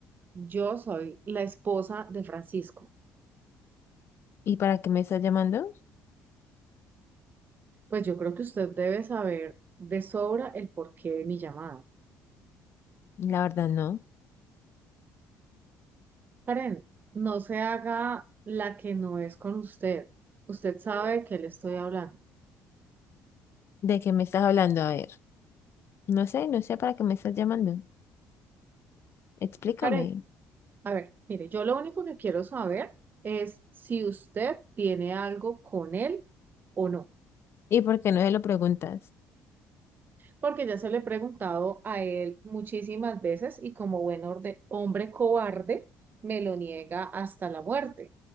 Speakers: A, on the right; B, on the left.
A: yo soy la esposa de Francisco.
B: ¿Y para qué me estás llamando?
A: Pues yo creo que usted debe saber de sobra el porqué de mi llamada.
B: La verdad no.
A: Karen, no se haga la que no es con usted. Usted sabe de qué le estoy hablando.
B: ¿De qué me estás hablando? A ver. No sé, no sé para qué me estás llamando. Explícame.
A: Karen, a ver, mire, yo lo único que quiero saber es si usted tiene algo con él o no.
B: ¿Y por qué no me lo preguntas?
A: porque ya se le he preguntado a él muchísimas veces y como buen orde- hombre cobarde me lo niega hasta la muerte.